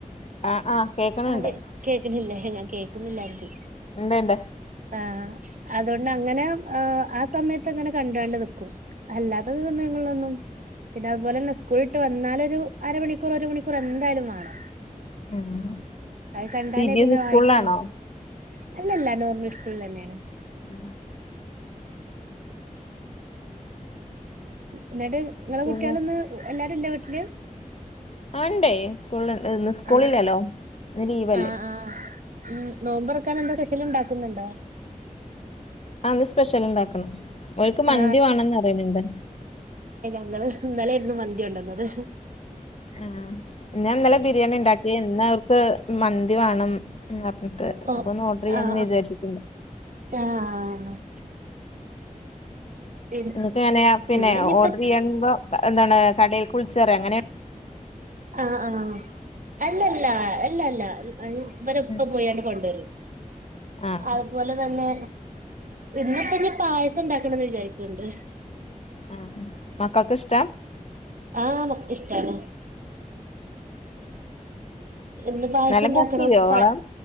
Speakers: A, on the left (about 50°); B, on the right (about 70°).
A: ആഹ് ആഹ് കേക്കണണ്ട്
B: ആഹ് കേ കേക്ക്ണില്ലേ? ഞാൻ കേക്കുന്നില്ലാര്കു.
A: ഇണ്ട്ണ്ട്
B: ആഹ് ആഹ് അതോണ്ട് അങ്ങനെ ആഹ് ആ സമയത്ത് അങ്ങനെ കണ്ടാണ്ട് നിക്കും. അല്ലാത്ത സമയങ്ങളിലൊന്നും പിന്നെ അതുപോലെ തന്നെ സ്കൂൾ ട്ട് വന്നാലൊരു അരമണിക്കൂർ ഒരു മണിക്കൂർ എന്തായാലും വാണം.
A: ആഹ്
B: അഹ് കണ്ടാലേ
A: സി ബി
B: പിന്നെ
A: എസ് ഇ സ്കൂളിലാണോ
B: വായിക്കാനും അല്ലല്ല നോർമൽ സ്കൂൾലെന്നേണ്.
A: ആ
B: എന്നിട്ട് നിങ്ങളെ
A: പിന്നെ
B: കുട്ട്യാള്ന്ന് എല്ലാരും ഇല്ലേ വീട്ടില്
A: ആ ഉണ്ടേ സ്കൂൾന്ന് ന്ന് സ്കൂളില്ലല്ലോ
B: ആ
A: ലീവല്ലേ
B: ആ ആ ഉം നോമ്പർക്കാനെന്താ പെഷല് ണ്ടാക്കുന്നുണ്ടോ
A: ആ ന്ന് സ്പെഷ്യൽ ണ്ടാക്കണം ഓൽക്ക് മന്തി
B: ആ
A: വാണംന്ന് പറിണ് ണ്ട്
B: ങ്ങള് ഇന്നലായിരുന്നു മന്തി കൊണ്ടന്നത്
A: ആ ഞാൻ ഇന്നലെ ബിരിയാണി ണ്ടാക്കി ഇന്നവർക്ക് മന്തി വാണം ഉണ്ട് പറഞ്ഞിട്ട്
B: ഓ
A: അപ്പൊന്ന് ഓർഡർ ചെയ്യാന്ന്
B: ആ
A: വിചാരിച്ചിട്ടുണ്ട്
B: ആ ആ
A: നിനക്ക് എങ്ങനെയ പിന്നെ
B: എന്നിനിയിപ്പം
A: ഓർഡർ ചെയ്യാൻപോ എന്താണ് കടേൽക്ക് വിളി ച്ചറിയാ എങ്ങനെ
B: ആ ആ അല്ലല്ല അല്ലല്ല വരെപ്പ
A: ഉം
B: പോയാണ്ട് കൊണ്ടരും
A: ആഹ്
B: അതുപോലെ തന്നെ പിന്നെപ്പന്ന് പായസം ഇണ്ടാക്കണന്ന് വിചാരിക്ക്ണ്ട്
A: ആ മക്കക്ക് ഇഷ്ടാ
B: ആ മക്കക്ക് ഇഷ്ടാണ് എന്ത് പായസം
A: നല്ല
B: ണ്ടാക്കണ്
A: കുക്ക് ചെയ്യോവോളം
B: പാ